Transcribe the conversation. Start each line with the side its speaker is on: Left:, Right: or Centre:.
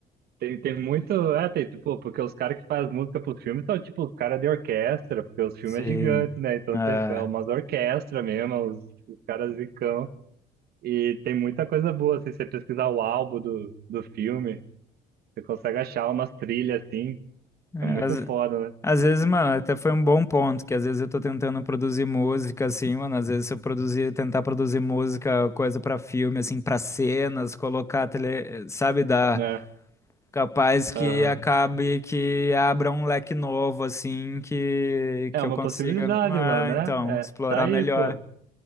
Right: tem, tem muito. É, tem, tipo, porque os caras que fazem música pros filmes são tipo os caras de orquestra, porque os filmes
Left: Sim.
Right: é gigante, né? Então
Left: É.
Right: tem é umas orquestras mesmo, os, os caras zicão. E tem muita coisa boa, assim, se você pesquisar o álbum do, do filme, você consegue achar umas trilhas assim,
Left: É,
Right: é muito
Left: as-
Right: foda,
Left: Às vezes, mano, até foi um bom ponto, que às vezes eu tô tentando produzir música, assim, mano, às vezes se eu produzir, tentar produzir música, coisa pra filme, assim, pra cenas, colocar tele, sabe, dá
Right: né?
Left: capaz que
Right: É, aham.
Left: acabe que abra um leque novo, assim, que
Right: É
Left: que
Right: uma
Left: eu consiga,
Right: possibilidade,
Left: ah,
Right: mano, né?
Left: então, explorar
Right: É, tá aí,
Left: melhor.
Right: pô.